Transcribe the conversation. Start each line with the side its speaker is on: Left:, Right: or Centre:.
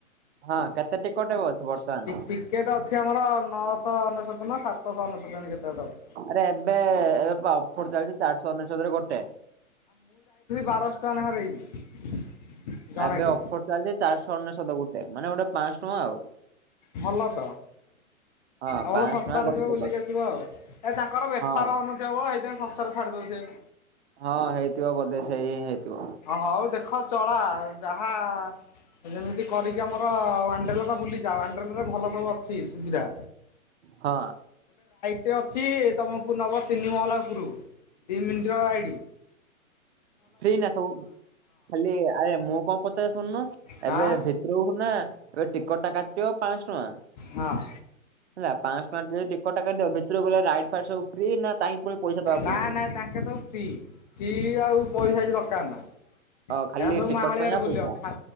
Right: ହଁ କେତେ ଟିକଟ ଏବେ ଅଛି ବର୍ତ୍ତମାନ
Left: ଟିକେଟ ଅଛି ଆମର ନଅଶ। ଶ ଅନେଶୋତ ନା ସାତଶ ଅନେଶୋତ ଏମତି କେତେ ଗୋଟା ଅଛି।
Right: ଆରେ ଏବେ ଏବେ ପା ଅଫର ଚାଲିଛି ଚାରିଶ ଅନେଶୋତ ରେ ଗୋଟେ।
Left: ବାରଶ ଟଙ୍କା ନେଖା ଦେଇକି। ଜଣକେ
Right: ଏବେ ଅଫର ଚାଲିଛି ଚାରିଶ ଅନେଶୋତ ଗୋଟେ ମାନେ ଗୋଟେ। ପାଆଁସ ଟଆଁ ଆଉ।
Left: ଭଲ ତ
Right: ହଁ
Left: ଆଉ
Right: ପାଞ୍ଚଶହ
Left: ଭଲ ଶସ୍ତାରେ
Right: ଟଙ୍କା ଗୋଟେ
Left: ଯିବ
Right: ଟିକେଟ
Left: ବୁଲିକି ଆସିବ ଆଉ। ଏ ତାଙ୍କର ବେପାର
Right: ହଁ
Left: ହଉନଥିବ ମ ହେଇପାଇଁ ଶସ୍ତାରେ ଛାଡି ଦଉଥିବେ। ହ
Right: ହଁ ହେଇଥିବ ବୋଧେ ସେଇ। ହେଇଥିବ
Left: ହଉ ଦେଖ ଚଳା ଯାହା। ଯେମିତି କରିକି ଆମର ୱାନଡ୍ରେଲାଟା ବୁଲିଯାଅ ୱାନଡ୍ରେଲା ରେ ଭଲ ଭଲ ଅଛି ସୁବିଧା।
Right: ହଁ।
Left: ସେଠି ଅଛି ତମକୁ ନବ ତିନି ମହଲା ଉପରୁକୁ ଯିଏ ପିନିଥିବ ଆଇଡି।
Right: ଫ୍ରୀ ନା ସବୁ ଖାଲି ଆରେ ମୁଁ କଣ ପଚାରେ ଶୁଣୁନ।
Left: ହଁ
Right: ଏବେ ଭିତରୁକୁ ନା ଏବେ ଟିକଟ ଟା କାଟିିବ ପାଆଁଶ ଟଙ୍କା। ହେଲା
Left: ହଁ।
Right: ପାଆଁଶ ଟଙ୍କା ଦେଇ ଟିକଟ ଟା କାଟିବ ଭିତରକୁ ଗଲେ ରାଇଡ ଫାଇଡ ସବୁ ଫ୍ରି ନା ତାଇଁକି ପୁଣି ପଇସା ଦବାକୁ
Left: ନା
Right: ପଡୁଛି।
Left: ନା ତାଙ୍କେ ସବୁ ଫ୍ରି ଆଉ ପଇସା କିଛି ଦକାର ନା। ଏରା
Right: ଅ ଖାଲି
Left: ସବୁ
Right: ଟିକଟ
Left: ମାହାଳିଆରେ
Right: ପାଇଁ ଆ
Left: ବୁଲିବ
Right: ପଇସା
Left: ଖା